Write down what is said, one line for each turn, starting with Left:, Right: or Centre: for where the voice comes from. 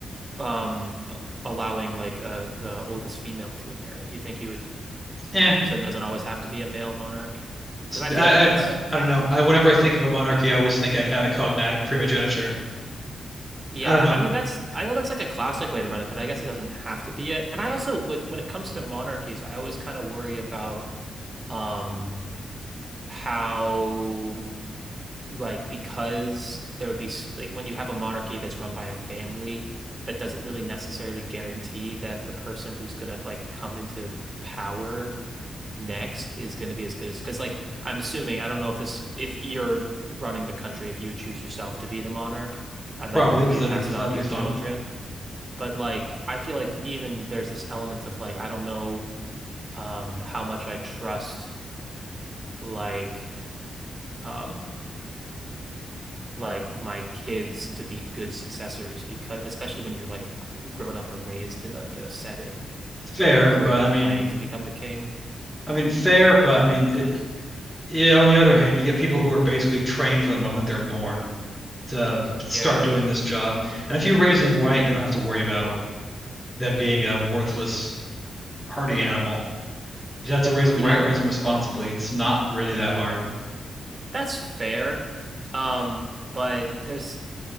Right: um allowing like uh the oldest female to inherit? Do you think you would
Centre: Eh,
Right: so it doesn't always have to be a male monarch?
Centre: it's,
Right: Because I feel
Centre: I,
Right: like it's
Centre: I I don't know. I whenever I think of a monarchy, I always think agnatic, cognatic, primogeniture.
Right: yeah,
Centre: I don't know,
Right: I mean that's I know that's like a classic way to run it, but I guess it doesn't have to be it. And I also with when it comes to monarchies, I always kind of worry about um how like because there would be s- like when you have a monarchy that's run by a family that doesn't really necessarily guarantee that the person who's gonna like come into power next is going to be as good as because like I'm assuming I don't know if this if you're running the country if you would choose yourself to be the monarch and
Centre: probably
Right: then
Centre: because
Right: you'd
Centre: that'd
Right: pass
Centre: be
Right: it
Centre: that'd
Right: on to
Centre: be
Right: your
Centre: fun.
Right: children but like I feel like even there's this element of like I don't know um how much I trust like um like my kids to be good successors because especially when you're like grown up or raised in like a setting
Centre: Fair,
Right: where
Centre: but
Right: you're
Centre: I mean,
Right: planning to become the king
Centre: I mean fair, but I mean, it, yeah, on the other hand, you get people who are basically trained from the moment they're born to g-
Right: yeah
Centre: start doing this job. And if you raise them right, you don't have to worry about them being a worthless hardy animal. You just have to raise them
Right: yeah
Centre: right, raise them responsibly. It's not really that hard, of
Right: That's fair. Um, but there's